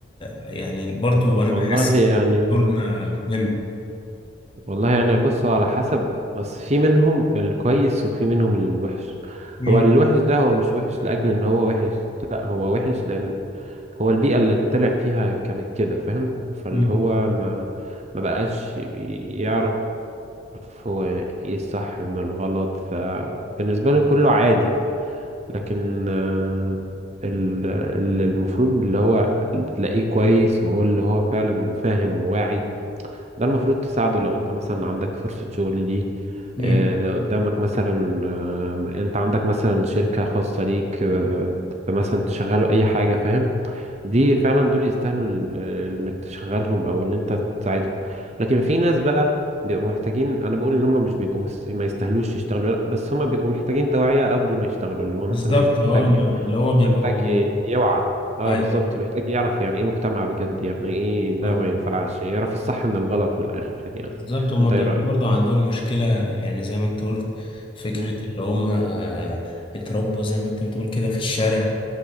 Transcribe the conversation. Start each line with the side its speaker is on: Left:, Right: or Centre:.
Left: يعني برضو انا
Right: والله
Left: بحس
Right: يعني
Left: ان دورنا مهم
Right: والله يعني بص هو على حسب بس في منهم الكويس وفي منهم الوحش
Left: مم.
Right: هو الوحش ده هو مش وحش لأجل إن هو وحش لأ هو وحش لأن هو البيئة اللي طلع فيها كانت كده فاهم فاللي
Left: مم.
Right: هو ما ما بقاش يعرف هو ايه الصح من الغلط فبالنسبة له كله عادي لكن آه، ال- اللي المفروض اللي هو تلاقيه كويس وهو اللي هو فعلا فاهم وواعي ده المفروض تساعده لو انت مثلا عندك فرصة شغل دي
Left: مم.
Right: آه، قدامك مثلا آه، انت عندك مثلا شركة خاصة ليك آه، مثلا تشغله اي حاجة فاهم دي فعلا دول يستاهلوا ال- ال- انك تشغلهم او ان انت تساعدهم لكن في ناس بقى بيبقوا محتاجين انا بقول ان هم مش بيبقوا مس... ما يستاهلوش يشتغلوا لا بس هم بيبقوا محتاجين توعية قبل ما يشتغلوا اللي هو
Left: بالظبط
Right: مثلا محتاج
Left: اه أنا- اللي هو بيبقوا
Right: محتاج ي- يوعى اه
Left: ايوه
Right: بالظبط محتاج يعرف يعني ايه مجتمع بجد يعني ايه ده
Left: فاهم
Right: ما ينفعش يعرف الصح من الغلط من الاخر يعني
Left: بالظبط هما
Right: انت
Left: بيبقوا
Right: ايه رأيك
Left: برضو عندهم مشكلة يعني زي ما انت قلت فكرة
Right: مم.
Left: اللي هم آه، اتربوا زي ما انت بتقول كده في الشارع